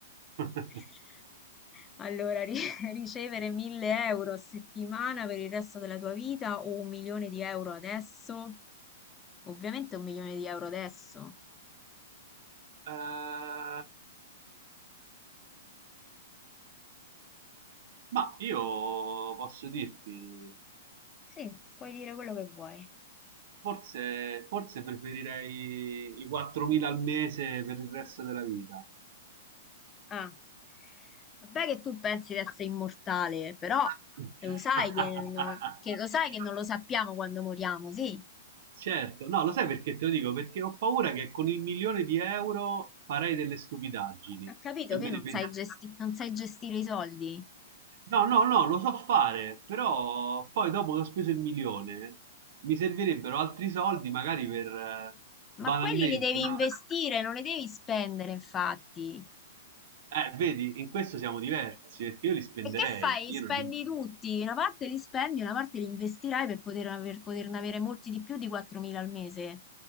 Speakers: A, on the right; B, on the left.
A: <laughs>
B: <laughs> Allora, ri- <laughs> ricevere 1000 euro a settimana per il resto della tua vita o un milione di euro adesso? Ovviamente un milione di euro adesso.
A: Eh, ma io posso dirti,
B: Sì, puoi dire quello che vuoi.
A: forse, forse preferirei i 4.000 al mese per il resto della vita.
B: Ah, vabbè che tu pensi di essere immortale, però
A: <laughs>
B: lo sai che non, che lo sai che non lo sappiamo quando moriamo, sì?
A: Certo, no, lo sai perché te lo dico? Perché ho paura che con il milione di euro farei delle stupidaggini
B: Ha capito
A: e
B: che
A: me
B: non
A: ne pentirei.
B: sai gesti- non sai gestire i soldi?
A: No, no, no, lo so fare, però poi dopo che ho speso il milione mi servirebbero altri soldi magari per eh, banalmente,
B: Ma quelli li devi
A: no?
B: investire, non li devi spendere, infatti.
A: Eh, vedi, in questo siamo diversi perché io li spenderei,
B: E che fai?
A: io
B: Spendi
A: non li...
B: tutti, una parte li spendi, una parte li investirai per poter aver- poterne avere molti di più di 4.000 al mese.